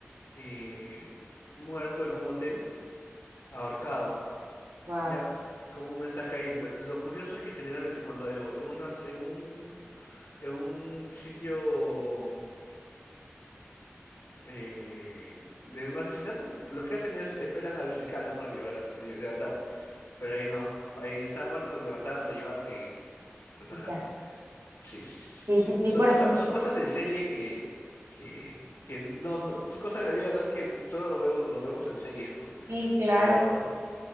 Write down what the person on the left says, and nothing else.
eh, muerto en un hotel, ahorcado.
Ya, con un mensaje ahí, pero lo curioso es que generalmente cuando es o en unas, en un, en un sitio eh, de un asesinato, los que hacen es esperan al fiscal, ¿no? Para liberar- li- levantar, pero ahí no, ahí estaba muerto, lo levantaron, lo llevaron y lo cargaron,
¿no? Sí, sí, sí, sí.
Son
cosas,
son cosas de serie que, que, que no, no- son cosas de la vida real que solo lo veo, lo vemos en series, ¿no?
Pero,